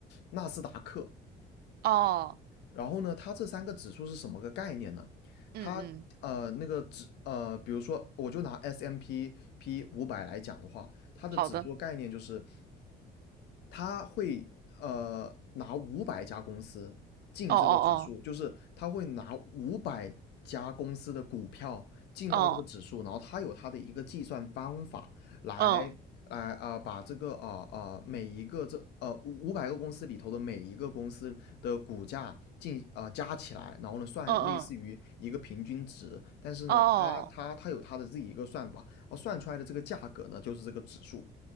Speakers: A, on the left; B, on the right.
A: 纳斯达克，
B: 哦，
A: 然后呢，它这三个指数是什么个概念呢？
B: 嗯嗯，
A: 它呃那个指呃，比如说我就拿 S M P P 五百来讲的话，它的指数概念就是
B: 好的，
A: 他会呃拿五百家公司进这个指数，
B: 哦哦
A: 就是他会拿五百家公司的股票进到这个指数，
B: 哦，哦
A: 然后他有他的一个计算方法来来啊、
B: 嗯
A: 呃把这个啊啊、呃呃每一个这呃五五百个公司里头的每一个公司的股价进啊、呃加起来，然后呢算类似于一个平均值，
B: 嗯嗯，
A: 但是呢他他他有他的自己一个算法，
B: 哦
A: 然后算出来的这个价格呢就是这个指数。